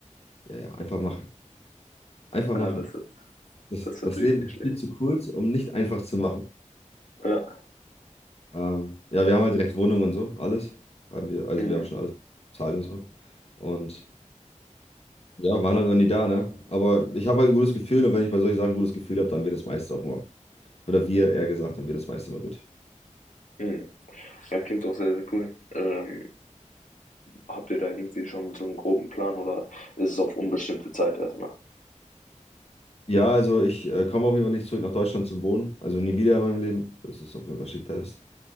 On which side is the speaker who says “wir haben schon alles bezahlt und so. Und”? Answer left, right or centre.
Left